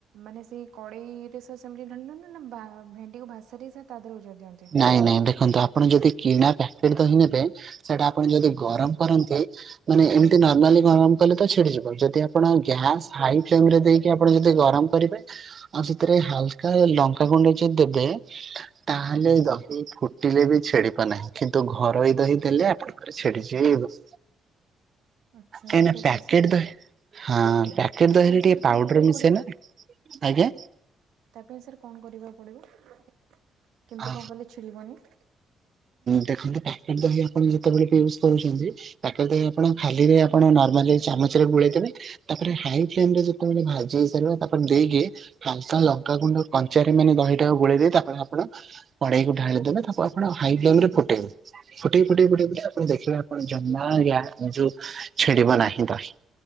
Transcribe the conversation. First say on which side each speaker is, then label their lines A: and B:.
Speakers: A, on the right (about 80°); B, on the right (about 50°).
A: ମାନେ ସେଇ କଡେଇରେ ସେ ସେମିତି ଢାଲି ଦଅନ୍ତି ନା ବା ଭେଣ୍ଡିକୁ ଭାସାରିକି ତାଦେହରେ ଓଜଡ଼ି ଦିଅନ୍ତି?
B: ନାଇଁ ନାଇଁ ଦେଖନ୍ତୁ ଆପଣ ଯଦି କିଣା ପ୍ୟାକେଟ୍ ଦହି ନେବେ ସେଇଟା ଆପଣ ଯଦି ଗରମ କରନ୍ତି। ମାନେ ଏମିତି ନମାଲି ଗରମ କଲେ ତ ଛିଡିଯିବ ଯଦି ଆପଣ ଗ୍ୟାସ୍ ହାଇ ଫ୍ଲେମରେ ଦେଇକି ଆପଣ ଯଦି ଗରମ। କରିବେ ଆଉ ସେଥିରେ ହାଲକା ଲଙ୍କାଗୁଣ୍ଡ ଯଦି ଦେବେ। ତାହେଲେ ଦହି ଫୁଟିଲେ ବି ଛିଡ଼ିବ ନାହିଁ। କିନ୍ତୁ ଘରୋଇ ଦହି ଦେଲେ ଆପଣ ଛିଡିଯିବ।
A: <inaudible> ଆଚ୍ଛା
B: କାହିଁକିନା
A: ଏଇଟା
B: ପ୍ୟାକେଟ
A: ସେ ସାର୍
B: ଦହି ହଁ ପ୍ୟାକେଟ୍ ଦହିରେ
A: ତାହେଲେ ସାର୍
B: ଟିକେ
A: କଣ
B: ପାଉଡର
A: କରିବାକୁ
B: ମିଶେନା?
A: ପଡିବ?
B: ଆଜ୍ଞା।
A: ତା ପାଇଁ ସାର୍ କଣ କରିବାକୁ ପଡିବ? କେମିତି
B: ଆ
A: କଣ କଲେ ଛିଡିବନି?
B: ଦେଖନ୍ତୁ ପ୍ୟାକେଟ ଦହି ଆପଣ ଯେତେବେଳେ ୟୁଜ୍ କରୁଛନ୍ତି? ପ୍ୟାକେଟ ଦହି ଆପଣ ଖାଲିରେ ଆପଣ ନର୍ମାଲି ଚାମଚରେ ଗୋଳେଇଦେବେ। ତାପରେ ହାଇ ଫ୍ଲେମରେ ଯେତେବେଳେ ଭାଜି ହେଇସାରିବ ତାପରେ ଦେଇକି। ହାଲକା ଲଙ୍କାଗୁଣ୍ଡ କଞ୍ଚାରେ ମାନେ ଦହିଟାକୁ ଗୋଳେଇ ଦେଇ ତାପରେ ଆପଣ କଡେଇକୁ ଢାଳିଦବା ତାକୁ ଆପଣ ହାଇ ଫେମରେ ଫୁଟେଇବେ। ଫୁଟେଇ ଫୁଟେଇ ଫୁଟେଇ ଫୁ ଆପଣ ଦେଖିବେ ଆପଣ ଜମା ଆ ଯୋଉ ଛିଡିବ ନାହିଁ ଦହି।